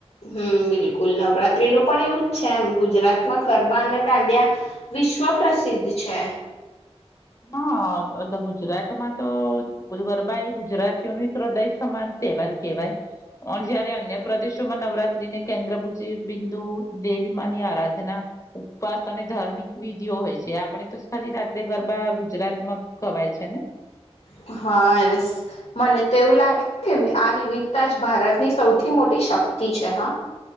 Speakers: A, on the left; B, on the left.
A: હમ બિલકુલ, નવરાત્રીનું પણ એવું જ છે એમ ગુજરાત ગરબા અને દાંડિયા વિશ્વ પ્રસિદ્ધ છે.
B: હા ગુજરાતમાં તો ગરબા એ ગુજરાતીઓનું એક હૃદય સમાન તહેવાર કેવાય પણ જયારે અન્ય પ્રદેશોમાં નવરાત્રીને કેન્દ્રભુજી બિંદુ, દેવી માની આરાધના, ઉપવાસ અને ધાર્મિક વિધિઓ હોય છે આપણે તો ખાલી રાત્રે ગરબા ગુજરાતમાં ખવાય છે ને
A: <inaudible> હા, એને મને તો એવું લાગે આ વિવિધતા જ ભારતની સૌથી મોટી શક્તિ છે હા.